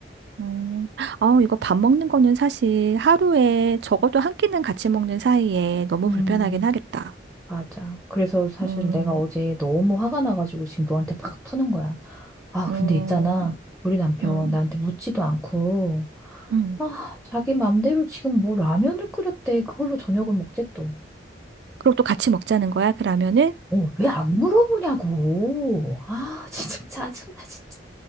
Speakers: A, on the right; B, in the centre.
A: 음. 어, 이거 밥 먹는 거는 사실 하루에 적어도 한 끼는 같이 먹는 사이에 너무
B: 음.
A: 불편하긴 하겠다.
B: 맞아. 그래서 사실
A: 음,
B: 내가 어제 너무 화가 나가지고 지금 너한테 팍 푸는 거야. 아,
A: 음,
B: 근데 있잖아. 우리 남편
A: 음,
B: 나한테 묻지도 않고,
A: 음.
B: 아, 자기 맘대로 지금 뭐 라면을 끓였대. 그걸로 저녁을 먹재 또.
A: 그리고 또 같이 먹자는 거야? 그러면은,
B: 어, 왜 안 물어보냐고. 아, 진짜 <laughs> 짜증나, 진짜.